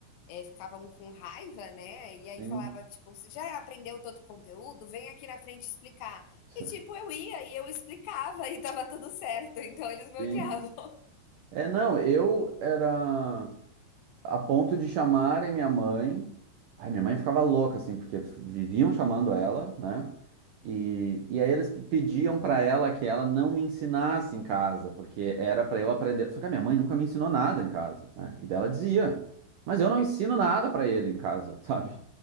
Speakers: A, on the left; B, on the right.
A: é, ficavam com raiva, né? E
B: sim,
A: aí falava, tipo, você já aprendeu todo o conteúdo? Vem aqui na frente explicar.
B: <laughs>
A: E, tipo, eu ia e eu explicava <laughs> e tava tudo certo, então eles me
B: sim.
A: odiavam. <laughs>
B: É, não, eu era a ponto de chamarem minha mãe. Ai, minha mãe ficava louca, assim, porque viviam chamando ela, né? E, e aí eles pe- pediam pra ela que ela não me ensinasse em casa, porque era pra eu aprender. Só que a minha mãe nunca me ensinou nada em casa, né? E daí ela dizia, mas eu não ensino nada pra ele em casa, <laughs> sabe?